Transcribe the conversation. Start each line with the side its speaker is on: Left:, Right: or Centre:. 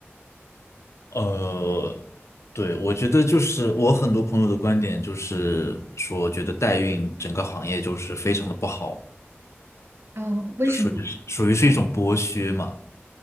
Left: 呃，对，我觉得就是我很多朋友的观点就是说，觉得代孕整个行业就是非常的不好，
Right: 哦，为什么？
Left: 就属于属于是一种剥削嘛。